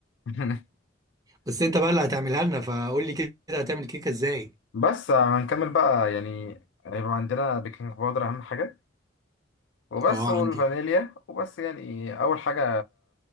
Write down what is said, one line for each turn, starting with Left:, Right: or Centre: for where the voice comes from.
Left: <laughs>
Right: بس أنت بقى اللي هتعملها لنا فقول لي كده هتعمل كيكة إزاي
Left: بس هنكمل بقى يعني هيبقى عندنا بيكنج باودر اهم حاجه وبس
Right: أه
Left: والفانيليا
Right: عندي
Left: وبس يعني اول حاجه